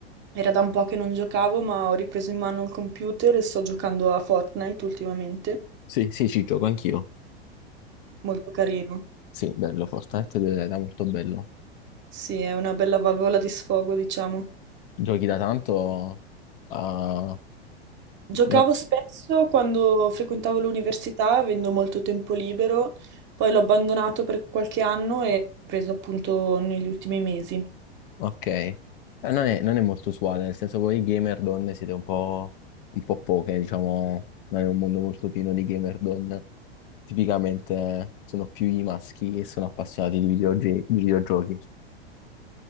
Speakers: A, on the right; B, on the left.
A: era da un po' che non giocavo, ma ho ripreso in mano il computer e sto giocando a Fortnite ultimamente.
B: sì, sì, ci gioco anch'io.
A: Molto carino.
B: Sì, bello, Fortnite è molto bello.
A: Sì, è una bella valvola di sfogo, diciamo.
B: Giochi da tanto? Ah,
A: Giocavo
B: no-
A: spesso quando frequentavo l'università, avendo molto tempo libero, poi l'ho abbandonato per qualche anno e ho preso appunto negli ultimi mesi.
B: Ok, Eh, non è, non è molto usuale, nel senso voi gamer donne siete un po', un po' poche, diciamo, non è un mondo molto pieno di gamer donne. Tipicamente sono più i maschi che sono appassionati di videogi- di videogiochi.